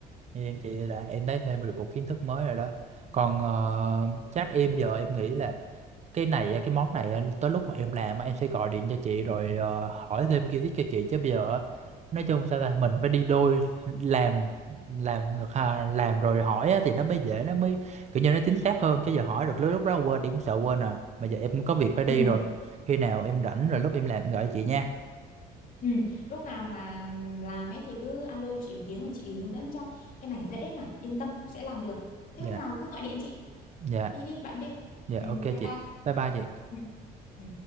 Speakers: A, on the right; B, on the left.
A: Vậy em chị là em thấy thêm được một kiến thức mới rồi đó còn ờ, chắc em giờ em nghĩ là cái này á, cái món này á, tới lúc mà em làm á, em sẽ gọi điện cho chị rồi ờ, hỏi thêm kiến thức cho chị chứ bây giờ á, nói chung sao ta mình phải đi đôi làm làm được ha, làm rồi hỏi á, thì nó mới dễ nó mới kiểu như nó chính xác hơn chứ giờ hỏi được lúc lúc đó quên đi cũng sợ quên à mà giờ em cũng có việc phải đi
B: Ừ.
A: rồi khi nào em rảnh rồi lúc em làm em gọi cho chị nha
B: Ừ, lúc nào mà làm ấy thì cứ alo chị một tiếng rồi chị hướng dẫn cho. Cái này dễ mà, yên tâm sẽ làm được. Thế
A: dạ
B: hôm nào cứ gọi điện chị,
A: dạ
B: đi đi bạn đi.
A: dạ
B: Ừ,
A: ok
B: bye
A: chị
B: bye.
A: bye bye chị
B: Ừ. ừ.